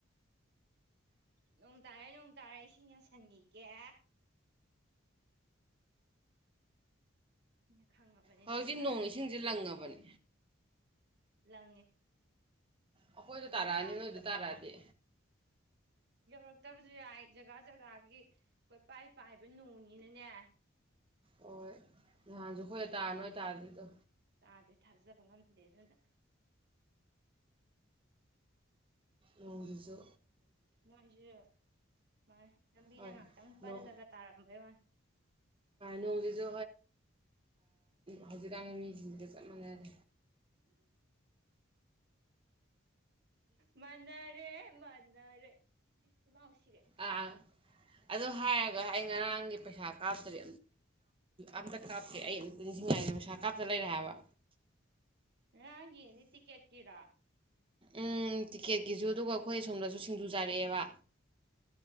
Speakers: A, on the right; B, on the right.
A: ꯅꯣꯡ ꯇꯥꯔꯦꯣꯡ ꯇꯔꯥ ꯏꯁꯤꯡ ꯌꯥꯎꯁꯟꯉꯒꯦ ꯑꯩꯅ ꯈꯪꯉꯕꯅꯦ
B: ꯍꯧꯖꯤꯛꯇꯤ
A: ꯅꯣꯡ ꯇꯥꯔꯛꯑꯅꯤ
B: ꯏꯁꯤꯡꯁꯦ
A: ꯑꯩꯁꯦ
B: ꯂꯪꯉꯕꯅꯦ
A: ꯂꯪꯉꯦ
B: ꯑꯩꯈꯣꯏꯗ ꯇꯥꯔꯛꯑꯅꯤ
A: ꯑꯗꯨꯝ
B: ꯅꯣꯏꯗ ꯇꯥꯔꯛꯑꯗꯤ
A: ꯌꯧꯔꯛꯇꯕꯁꯨ ꯌꯥꯏ ꯖꯒꯥ ꯖꯒꯥꯒꯤ ꯀꯣꯏꯄꯥꯏ ꯄꯥꯏꯕ ꯅꯣꯡꯉꯤꯅꯅꯦ
B: ꯍꯣꯏ ꯅꯍꯥꯟꯁꯨ ꯍꯈꯣꯏ ꯇꯥ ꯅꯣꯏ ꯇꯥꯗꯗꯣ
A: ꯑꯥꯗꯗꯤ ꯊꯥꯖꯕ ꯉꯝꯗꯦ ꯑꯗꯨꯅ
B: ꯅꯣꯡꯖꯨ
A: ꯃꯣꯏꯁꯨ ꯃꯥ ꯂꯝꯕꯤꯗ
B: ꯍꯣꯏ
A: ꯉꯥꯛꯇꯪ ꯄꯜꯂꯒ
B: ꯅꯣꯡ
A: ꯇꯥꯔꯝꯕꯩ ꯋꯥꯏ
B: ꯅꯣꯡꯁꯤꯁꯨ ꯍꯧꯖꯤꯛꯥꯟꯒ ꯃꯤꯁꯤꯡꯗꯨꯒ ꯆꯞ ꯃꯥꯟꯅꯔꯦ
A: ꯃꯅꯔꯦ ꯃꯗꯔꯦ ꯏꯃ ꯍꯁꯤꯔꯦ
B: ꯑꯥ ꯑꯗꯣ ꯍꯥꯏꯔꯒ ꯑꯩ ꯉꯔꯥꯡꯒꯤ ꯄꯩꯁꯥ ꯀꯥꯞꯇ꯭ꯔꯗꯤ ꯑꯇꯥ ꯑ ꯀꯥꯞꯀꯦ ꯑꯩ ꯑ ꯅꯤꯡꯁꯤꯡꯉꯥꯏꯦ ꯃꯁꯥ ꯊꯛꯀꯥ ꯆ ꯂꯩꯔ ꯍꯥꯏꯕ
A: ꯉꯅꯤꯠꯇꯤ ꯀꯦꯀꯔꯥ
B: ꯎꯝ ꯇꯤꯛꯀꯦꯠꯀꯤꯁꯨ ꯑꯗꯨꯒ ꯑꯩꯈꯣꯏ ꯑꯁꯣꯝꯗꯁꯨ ꯁꯤꯡꯖꯨ ꯆꯥꯔꯛꯑꯦꯕ